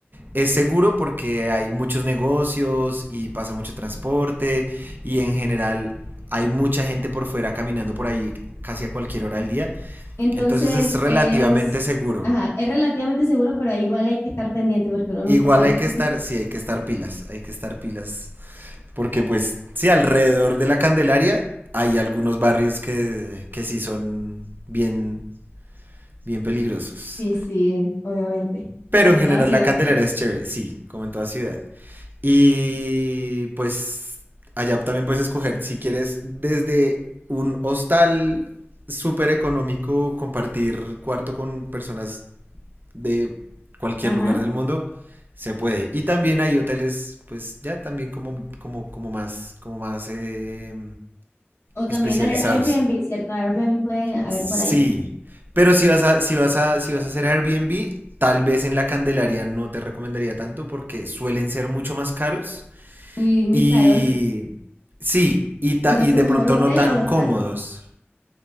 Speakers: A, on the right; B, on the left.
A: es seguro porque hay muchos negocios y pasa mucho transporte y en general hay mucha gente por fuera caminando por ahí casi a cualquier hora del día.
B: Entonces
A: Entonces es relativamente
B: es,
A: seguro.
B: ajá, es relativamente seguro, pero igual hay que estar pendiente porque uno nunca
A: Igual
B: sabe.
A: hay que
B: <laughs>
A: estar, sí, hay que estar pilas, hay que estar pilas. Porque pues, sí, alrededor de la Candelaria hay algunos barrios que, que sí son bien, bien peligrosos.
B: Sí, sí, obviamente,
A: Pero
B: como en
A: en general
B: toda ciudad.
A: la Candelaria es chévere, sí, como en toda ciudad. Y pues allá también puedes escoger si quieres desde un hostal súper económico compartir cuarto con personas de cualquier
B: Ajá.
A: lugar del mundo se puede. Y también hay hoteles, pues ya también como, como, como más, como más eh,
B: O también
A: especializados.
B: Air- Airbnb, ¿cierto? Airbnb pueden haber
A: Sí,
B: por ahí.
A: pero si vas a, si vas a, si vas a hacer Airbnb, tal vez en la Candelaria no te recomendaría tanto porque suelen ser mucho más caros
B: Y muy
A: y
B: caros.
A: sí, y, ta-
B: Entonces,
A: y de
B: mejor
A: pronto
B: hotel
A: no tan
B: o hostal.
A: cómodos.